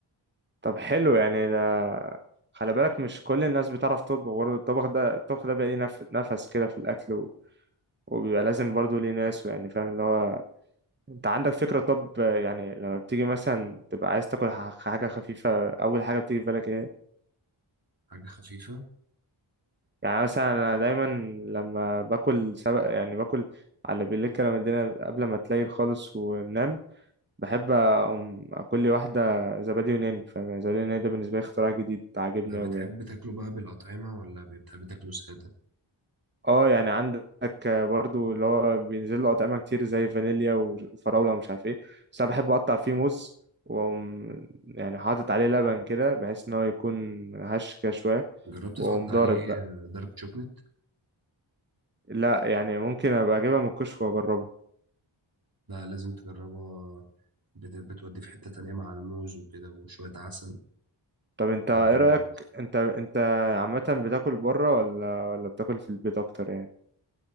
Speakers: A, on the right; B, on the right.
A: طب حلو يعني ده خلي بالك مش كل الناس بتعرف تطبخ برضه الطبخ ده الطبخ ده بيبقى ليه نف- نفس كده في الأكل و... وبيبقى لازم برضه ليه ناس يعني فاهم اللي هو أنت عندك فكرة طب يعني لما بتيجي مثلا تبقى عايز تاكل ح- حاجة خفيفة أول حاجة بتيجي في بالك إيه؟
B: حاجة خفيفة
A: يعني مثلا أنا دايما لما باكل سبق يعني باكل على بالليل كده لما الدنيا قبل ما تليل خالص وننام بحب أقوم أكل لي واحدة زبادي يوناني فاهم يعني زبادي يوناني ده بالنسبة لي اختراع جديد عاجبني
B: أه، بتحب
A: أوي يعني.
B: تاكله بقى بالأطعمة ولا بتحب تاكله سادة؟
A: اه يعني عندك برضو اللي هو بينزل له اطعمه كتير زي فانيليا وفراوله ومش عارف ايه بس انا بحب اقطع فيه موز واقوم يعني حاطط عليه لبن كده بحيث ان هو يكون هش كده شويه
B: جربت
A: واقوم
B: تحط عليه
A: ضارب بقى
B: آه، دارك شوكليت؟
A: لا يعني ممكن ابقى اجيبها من الكشك واجربها
B: لا لازم تجربها بت- بتودي في حتة تانية مع الموز وكده وشوية عسل
A: طب انت ايه
B: طب لذيذ
A: رايك انت انت عامه بتاكل بره ولا ولا بتاكل في البيت اكتر يعني